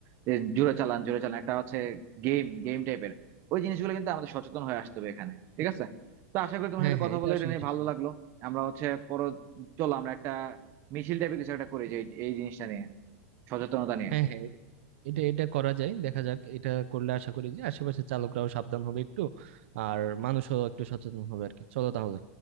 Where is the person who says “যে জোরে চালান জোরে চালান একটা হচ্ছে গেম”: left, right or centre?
Right